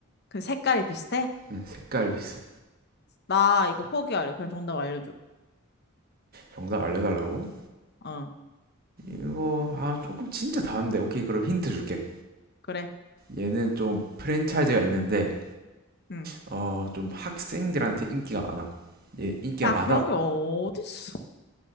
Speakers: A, on the left; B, on the right.
A: 그 색깔이 비슷해?
B: 음, 색깔 비슷
A: 나 이거 포기할래. 그냥 정답 알려줘.
B: 정답 알려달라고?
A: 어,
B: 이거 아 조금 진짜 다른데 오케이 그럼 힌트 줄게
A: 그래.
B: 얘는 좀 프랜차이즈가 있는데
A: 응.
B: 어 좀 학생들한테 인기가 많아 얘 인기가
A: 야,
B: 많아
A: 그런 게 어딨어.